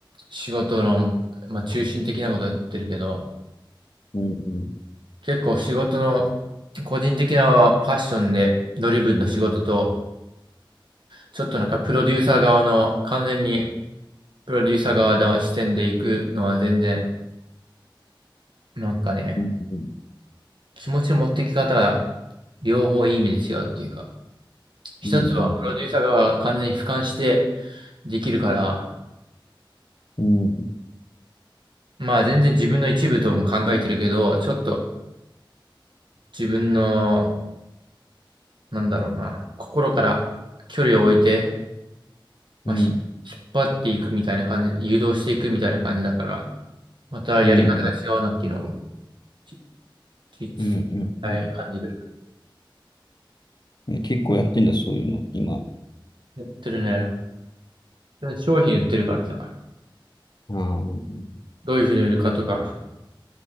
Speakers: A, on the right; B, on the left.
A: 仕事の、まあ、中心的なことやってるけど、
B: うんうん
A: 結構仕事の個人的なパッションでドリブンの仕事と、ちょっとなんかプロデューサー側の、完全にプロデューサー側の視点で行くのは全然、なんかね、
B: うん
A: 気持ちの持ってき方が両方いい意味で違うっていうか、一つはプロデューサー側が完全に俯瞰して
B: うんうん
A: できるから、
B: うんうんうん
A: まあ全然自分の一部とも考えてるけど、ちょっと自分の、なんだろうな、心から距離を置いて、まあ、
B: うんうん
A: ひ引っ張っていくみたいな感じで、誘導していくみたいな感じだから、またやり方が違うなっていうのを、
B: うんうん
A: きき
B: うんうんうん
A: 伝え感じる。
B: ね結構やってんだ、そういうの、今。
A: やってるね。で商品売ってるからさ、
B: ああ、うん
A: どういうふうに売るかとか、